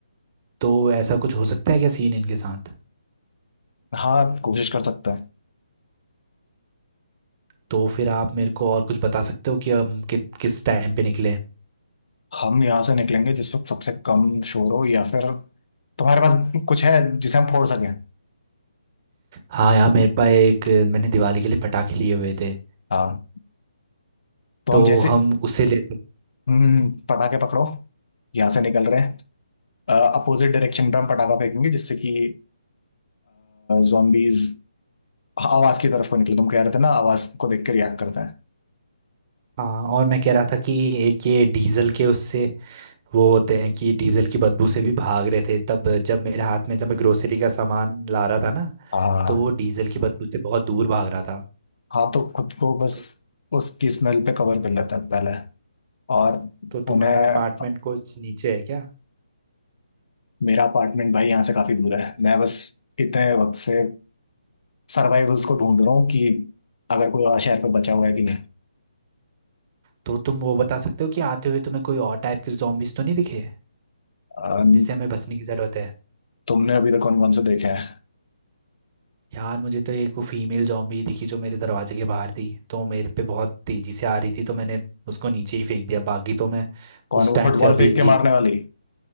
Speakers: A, on the right; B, on the left.
A: तो ऐसा कुछ हो सकता है क्या सीन इनके साथ
B: हाँ कोशिश कर सकते हैं
A: तो फिर आप मेरे को और कुछ बता सकते हो कि हम कि, किस टाइम पे निकलें
B: हम यहाँ से निकलेंगे जिस वक्त सबसे कम शोर हो या फिर तुम्हारे पास कुछ है जिसे हम फोड़ सकें
A: हाँ यार मेरे पास एक मैंने दिवाली के लिए पटाखे लिए हुए थे
B: हाँ तो
A: तो
B: हम जैसे
A: हम उसे ले सकते
B: हम्म पटाखे पकड़ो यहाँ से निकल रहे हैं अपोजिट डायरेक्शन पे हम पटाखा फेंकेंगे जिससे कि जॉम्बीज आवाज की तरफ को निकले तुम कह रहे थे ना आवाज को देख के रिएक्ट करते हैं
A: हाँ और मैं कह रहा था कि एक ये डीजल के उससे वो होते हैं कि डीजल की बदबू से भी भाग रहे थे तब जब मेरे हाथ में जब मैं ग्रोसरी का सामान ला रहा था ना
B: हाँ
A: तो वो डीजल की बदबू से बहुत दूर भाग रहा था
B: हाँ तो खुद को बस
A: तो,
B: उसकी स्मेल पे कवर कर लेते हैं पहले और
A: तो तुम्हारा
B: उन्हें
A: अपार्टमेंट कुछ नीचे है क्या
B: मेरा अपार्टमेंट भाई यहाँ से काफी दूर है मैं बस इतने वक्त से सर्वाइवल्स को ढूंढ रहा हूँ कि अगर कोई और शहर पे बचा हुआ है कि नहीं
A: तो तुम वो बता सकते हो कि आते हुए तुम्हें कोई और टाइप के zombies तो नहीं दिखे
B: अ,
A: जिससे हमें बचने की ज़रूरत है
B: तुमने अभी तक कौन कौन से देखे हैं
A: यार मुझे तो एक वो फीमेल जॉम्बी दिखी जो मेरे दरवाजे के बाहर थी तो मेरे पे बहुत तेज़ी से आ रही थी तो मैंने उसको नीचे ही फेंक दिया बाकी तो मैं
B: कौन
A: उस
B: वो
A: टाइम
B: फुटबॉल
A: से अभी
B: फेंक के मारने वाली